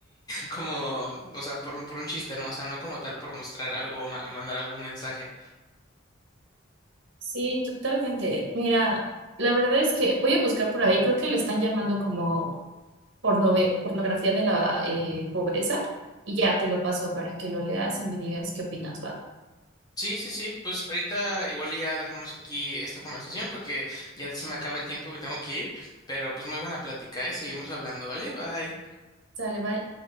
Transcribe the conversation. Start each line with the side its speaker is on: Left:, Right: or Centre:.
Left: como, o sea, por un, por un chiste, ¿no? O sea, no como tal por mostrar algo o ma- o mandar algún mensaje.
Right: Sí, totalmente. Mira, la verdad es que voy a buscar por ahí, creo que le están llamando como pornove- pornografía de la eh, pobreza y ya te lo paso para que lo leas y me digas qué opinas, va.
Left: Sí, sí, sí, pues ahorita igual y ya dejamos aquí esta conversación porque ya se me acaba el tiempo y me tengo que ir, pero pues muy buena plática, ¿eh? Seguimos hablando, ¿vale? Bye.
Right: Sale, bye.